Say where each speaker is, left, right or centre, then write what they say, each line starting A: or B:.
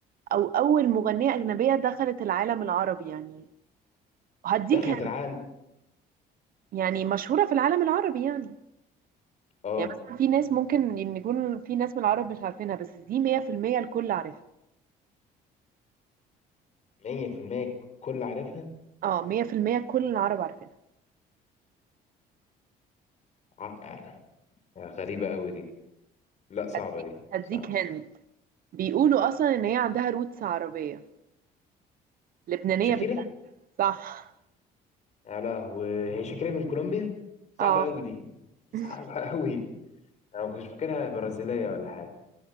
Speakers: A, on the right; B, on the left.
A: أو أول مغنية أجنبية دخلت العالم العربي يعني هديك
B: دخلت
A: هن-
B: العالم
A: يعني مشهورة في العالم العربي يعني
B: اه
A: يعني مثلا في ناس ممكن إن يكون في ناس من العرب مش عارفينها بس دي 100% الكل عارفها
B: 100% كل عارفها
A: اه 100% كل العرب عارفينها
B: ع- آه، غريبه قوي دي لا صعبه
A: هديك
B: دي
A: هديك
B: صعبه
A: هند بيقولوا أصلا إن هي عندها روتس عربية لبنانية
B: شاكيرا
A: بالتحديد صح
B: يا لهوي هي شاكرة من كولومبيا صعبة
A: اه
B: قوي دي صعبة
A: <laughs>
B: قوي انا ما كنتش فاكرها برازيلية ولا حاجة